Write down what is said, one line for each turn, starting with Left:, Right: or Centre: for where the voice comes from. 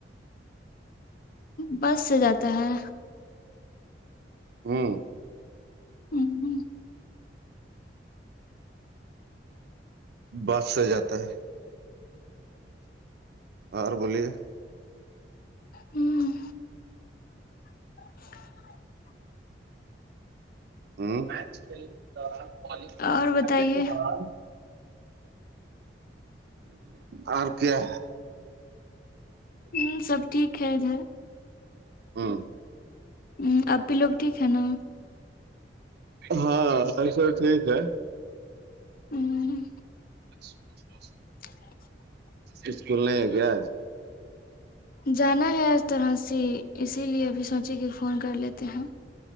Left: بس سے جاتا ہے
Right: ہاں
Left: ہوں ہ
Right: بس سے جاتا ہے اور بولیے
Left: ہوں <unintelligible>
Right: ہ میچ کھیلنے کے دوران بالگ
Left: اور
Right: کرنے
Left: بتائیے
Right: کے دوران اور کیا ہے
Left: ہوں سب ٹھیک ہے ادھر
Right: ہاں
Left: ہ اپی لوگ ٹھیک ہے نا
Right: ہاں ا س ٹھیک ہے
Left: ہوں
Right: جچ
Left: <inaudible>
Right: اسکول نہیں ہے کیا آج
Left: جانا ہے اس طرح سے اسی لیے اب سوچے کہ فون کر لیتے ہیں